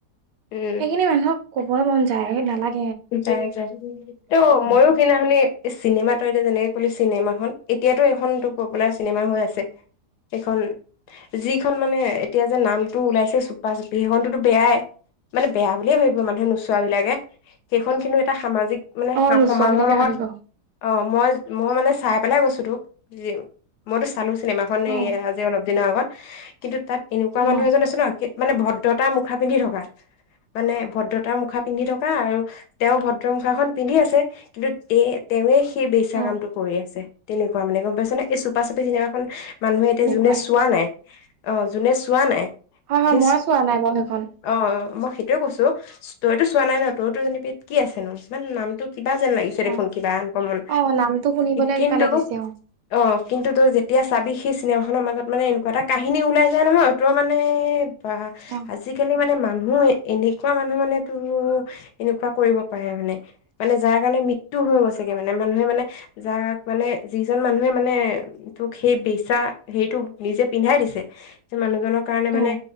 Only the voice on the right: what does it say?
সেইখিনি মানুহক। ক'বই মন যায় নালাগ
যায়।
অ', নোচোৱা
বিলাকে
ভাবিব অ',
অ',
অ',
অ',
তেনেকুৱা
সেইটোৱে।
হয় হয়
মই চোৱা নাই বাৰু সেইখন
অ
অ নামটো শুনিবলৈ
কিবা লাগিছে
অ
অ